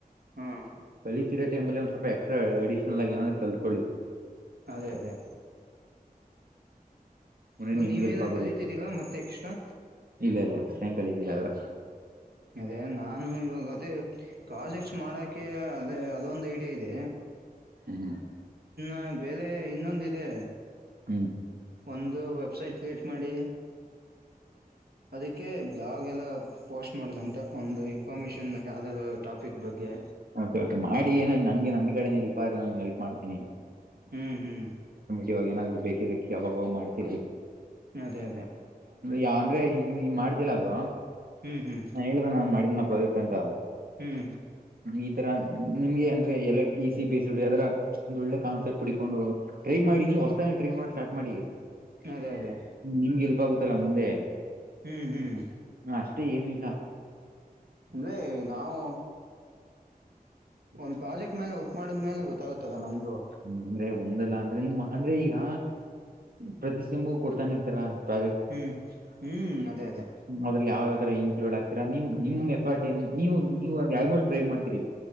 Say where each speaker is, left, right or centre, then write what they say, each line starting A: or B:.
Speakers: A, on the right; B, on the right.
A: ಹ್ಮ್
B: ಕಲತಿೀರಾ ಟೈಮ್ಲ್ಲಿ ಒ ಸ್ವಲ್ಪ ಎಕ್ಸ್ಟ್ರಾ ಅಡಿಷ್ನಲ್ ಆಗ ಏನಾದ್ರು ಕಲ್ತ್ಕೊಳ್ಳಿ
A: ಅದೇ ಅದೇ
B: ಮನ್ನೆ
A: ಇದು
B: ನಿಮ್
A: ನೀವೇನ
B: ಗೆಲ್ಪ ಆಗುದು
A: ಕಲಿತಿದ್ದೀರಾ ಮತ್ತೆ ಎಕ್ಸ್ಟ್ರಾ
B: ಇಲ್ಲ ಇಲ್ಲ ಸಂ ಕಲತಿಿಲ್ಲ ಅವರು
A: ಅದೇ ನಾನು ಇವಾಗ ಅದೇ ಪ್ರಾಜೆಕ್ಟ್ಸ್ ಮಾಡಕೆ ಅದೇ ಅದೊಂದು ಐಡಿಯಾ ಇದೆ
B: ಹ್ಮ್
A: ಹ ಬಲೆ ಇನ್ನೊಂದ ಇದೆ
B: ಹ್ಮ್
A: ಒಂದು ವೆಬ್ಸೈಟ್ ಕ್ರಿಯೇಟ್ ಮಾಡಿ ಅದಕ್ಕೆ ಬ್ಲಾಗ್ ಎಲ್ಲ ಪೋಸ್ಟ್ ಮಾಡದಂತೆ ಒಂದು ಇನ್ಫಾರ್ಮೇಶನ್ ಯಾವ್ದ ಟಾಪಿಕ್ ಬಗ್ಗೆ
B: ಓಕೆ ಕೆ ಮಾಡಿ ಏನ ನನ್ಗೆ ನನ್ ಕಡೆ ಎಲ್ಪ ಆದ್ರ ನಾನು ಎಲ್ಪ್ ಮಾಡ್ತೇನಿ
A: ಹ್ಮ್ ಹ್ಮ್
B: ಇವಾಗ ಏನಾದ್ರು ಬೇಕಿದ್ರೆ ಯಾವಾಗ ಮಾಡ್ತೀರಿ
A: ಅದೇ ಅದೇ
B: ಯಾವ ಅಂದ್ರೆ ಈಗ ಈ ಮಾಡ್ತಿಲ್ಲಬ್ರು
A: ಹ್ಮ್ ಹ್ಮ್
B: ಹಾ ಹೇಳ್ದ ನಾನನ್ ಮಾಡಿದ್ದ ನ ಪ್ರಾಜೆಕ್ಟ್ ಅಂತ
A: ಹ್ಮ್
B: ಈ ತರ ನಿಮ್ಗೆ ಅಂದ್ರೆ ಎಲ್ಲ ಈಸ ಬೇಸಡ್ ಯದರ ಒಂದ ಒಳ್ಳೆ ಕಾನ್ಸೆಪ್ಟ್ ಹುಡಕೊಂಡು ಮಾಡಿ ನೀ್ ಹೊತ ಟ್ರೀಮ್ ಮಾಡ ಸ್ಟಾರ್ಟ್ ಮಾಡಿ
A: ಅದೇ ಅದೇ
B: ನಿಮಗೆ ಎಲ್ಪ್ ಆಗುತ್ತಲ್ಲ ಮುಂದೆ
A: ಹ್ಮ್ ಹ್ಮ್
B: ಅಷ್ಟೇ ಏನು ಇಲ್ಲ
A: ಅಂದೆ ನಾವು ಒಂದ್ ಪ್ರಾಜೆಕ್ಟ್ ಮೇಲೆ ವರ್ಕ್ ಮಾಡಿದ್ ಮೇಲೆ ಗೊತ್ತಾಗುತ್ತಲ್ಲ ನಮ್ಗೂ
B: ಅಂದ್ರೆ ಒಂದಲ್ಲ ಅಂದ್ರೆ ನೀ ಅಂದ್ರೆ ಈಗ ಪ್ರತಿ್ ಕೊಡ್ತಾನ ಇರ್ತಾರ ಪ್ರ
A: ಹ್ಮ್ ಹ್ಮ್ ಅದೇ ಅದೇ
B: ಅಲ್ಲಿ ಯಾವ ಇನ್ಕ್ಲೂಡ್ ಆಗ್ತರ ನಿ ನಿಮ್ ಎಫರ್ಟ್ ಏನ್ ನೀವು ನೀವು ಆಲ್ಮೋಸ್ಟ್ ಟ್ರೈ ಮಾಡ್ತೀರಿ